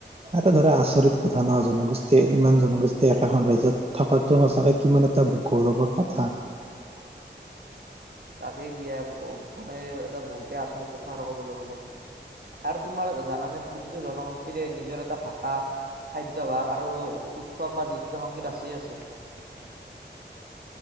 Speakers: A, on the right; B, on the right.
A: এটা ধৰা আচৰিত কথা নহ জনগোষ্ঠীয়ে ইমান জনগোষ্ঠী একেখন ৰাজ্যত থকাতো সঁচাকে কিমান এটা গৌৰৱৰ কথা।
B: তাকেই দিয়া মানে এটা বহুতে আচৰিত কথা আৰু ক'বলৈ গলে আৰু তোমাৰ জানানে প্ৰতিটো জনগোষ্ঠীৰে নিজৰ এটা ভাষা খাদ্য ভাস আৰু উৎসৱ বা নৃত্যৰ সংগীত আছেই আছেই